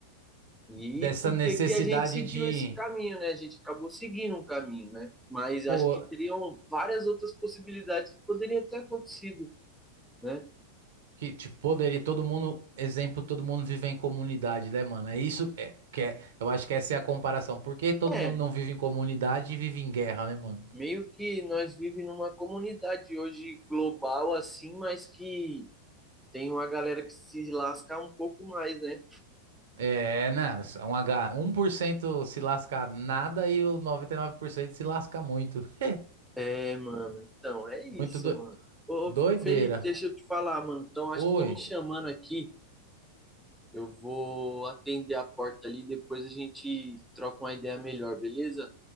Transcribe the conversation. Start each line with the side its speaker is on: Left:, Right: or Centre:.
Centre: E
Right: Dessa
Centre: por
Right: necessidade
Centre: que que a gente seguiu
Right: de,
Centre: esse caminho, né? A gente acabou seguindo um caminho, né? Mas
Right: pô,
Centre: acho que teriam várias outras possibilidades que poderiam ter acontecido, né?
Right: que tipo, poderia todo mundo, exemplo, todo mundo vive em comunidade, né, mano? É isso é, que é, eu acho que essa é a comparação. Por que todo
Centre: É,
Right: mundo não vive em comunidade e vive em guerra, né, mano?
Centre: meio que nós vivemos numa comunidade hoje global assim, mas que tem uma galera que se lasca um pouco mais, né?
Right: É, né, um H, um por cento se lasca nada e o 99% se lasca muito. <laughs>
Centre: É, mano. Então, é isso,
Right: Muito do,
Centre: mano. Ô,
Right: doideira.
Centre: Felipe, deixa eu te falar, mano. Então, acho
Right: Oi.
Centre: que estão me chamando aqui. Eu vou atender a porta ali, depois a gente troca uma ideia melhor, beleza?